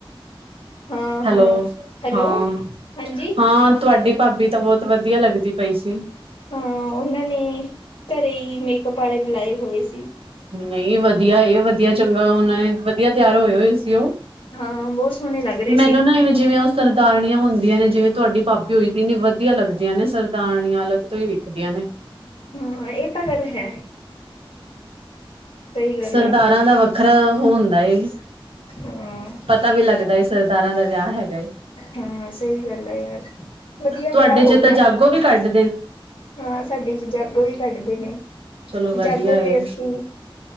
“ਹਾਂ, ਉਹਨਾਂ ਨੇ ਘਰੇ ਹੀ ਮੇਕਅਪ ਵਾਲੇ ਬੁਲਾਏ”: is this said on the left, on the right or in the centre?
Left